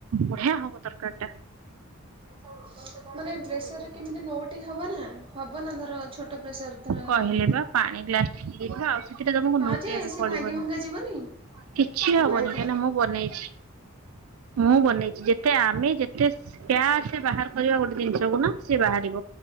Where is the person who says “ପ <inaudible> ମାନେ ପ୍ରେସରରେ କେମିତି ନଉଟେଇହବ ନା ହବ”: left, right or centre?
Right